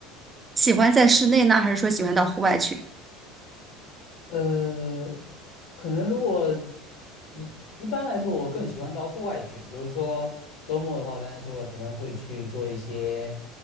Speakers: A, on the right; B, on the left.
A: 喜欢在室内呢，还是说喜欢到户外去？
B: 呃，可能如果一一般来说，我更喜欢到户外去。比如说周末的话，刚才说了，可能会去做一些，